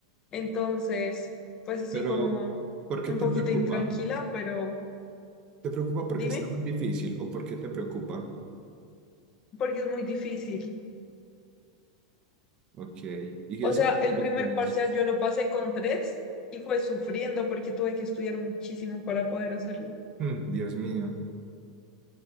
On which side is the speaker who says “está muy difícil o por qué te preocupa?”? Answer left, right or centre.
Right